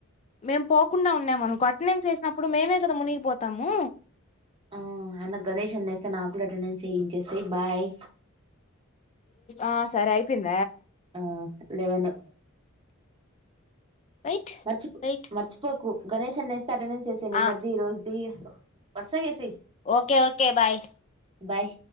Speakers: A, on the left (about 30°); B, on the right (about 25°).
A: మేం పోకుండా ఉన్నామ అనుకో అటెండెన్స్ ఎసినప్పుడు మేమే కదా మునిగిపోతాము
B: ఆ ఆయన గణేష్ వస్తే నాక్కూడా అటెండెన్స్ వేయించేసేయ్ బాయ్
A: ఆ సరే అయిపోయింది
B: ఆ లేెవను
A: వెయిట్
B: మర్చిపో
A: వెయిట్
B: మర్చిపోకు గణేష్ అన్నా వ అటెండెన్స్ ఎసెయ్ నిన్నటిది
A: ఆ
B: ఈ రోజుది వర్సగ chess
A: okay okay bye
B: bye